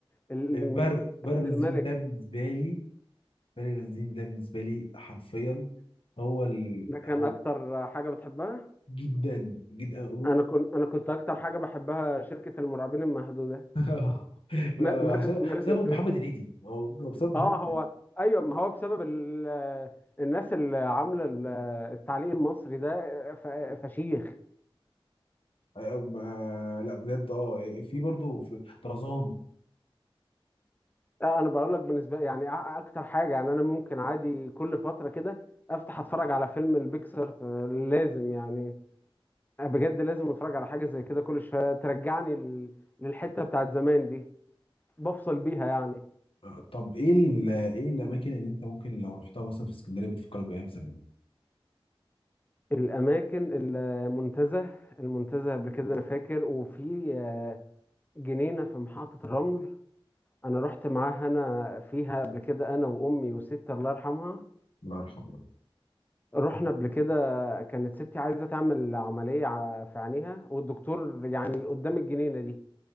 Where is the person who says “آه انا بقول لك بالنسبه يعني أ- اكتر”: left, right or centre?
Left